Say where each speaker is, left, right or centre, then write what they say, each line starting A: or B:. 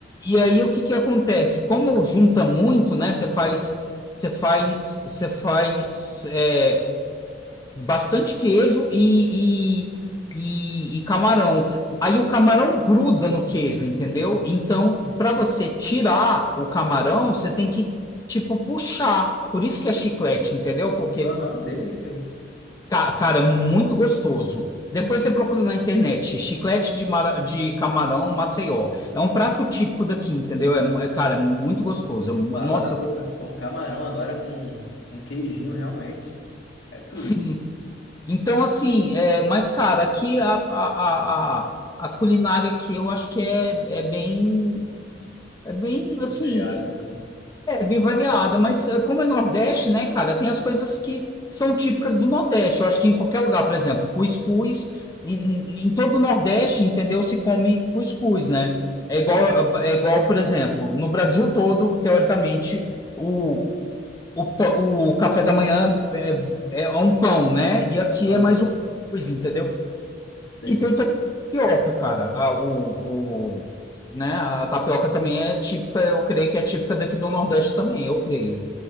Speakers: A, on the left; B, on the left.
A: E aí o que que acontece? Como junta muito, né? Você faz, você faz, você faz é, bastante queijo e, e, e- e camarão. Aí o camarão gruda no queijo, entendeu? Então, para você tirar o camarão, você tem que tipo puxar. Por isso que é chiclete, entendeu? Porque
B: Aham, delícia.
A: Ca- Cara, é muito gostoso. Depois você procura na internet, chiclete de, mara- de camarão Maceió. É um prato típico daqui, entendeu? É, mu- é, cara, é muito gostoso. É uma-
B: Ó, Água
A: nossa,
B: na boca. Se for um camarão agora com um queijinho, realmente. É tudo.
A: sim. Então, assim, é, mas, cara, aqui a, a, a, a a culinária aqui eu acho que é, é bem. É bem assim.
B: Variada, né?
A: É bem variada, mas eh, como é Nordeste, né, cara, tem as coisas que são típicas do Nordeste. Eu acho que em qualquer lugar, por exemplo, cuscuz, em, em todo o Nordeste, entendeu? Se come cuscuz, né? É igual, é igual, por exemplo, no Brasil todo, teoricamente, o, o, pa- o café da manhã é, é é um pão, né? E aqui
B: Aham,
A: é mais o cuscuz, entendeu?
B: sim.
A: E tem também a tapioca, cara. A, o, o- né? A tapioca também é típica, eu creio que é típica daqui do Nordeste também, eu creio.